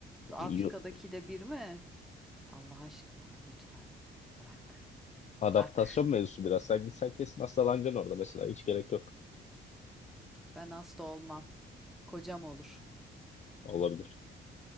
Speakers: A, in the centre; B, on the left (about 35°).
A: Afrika'dakiyle
B: Yo-
A: bir mi? Allah aşkına lütfen bırak.
B: Adaptasyon
A: Bırak.
B: mevzusu biraz. Sen gitsen kesin hastalanacaksın orada mesela. Hiç gerek yok.
A: Ben hasta olmam. Kocam olur.
B: Olabilir.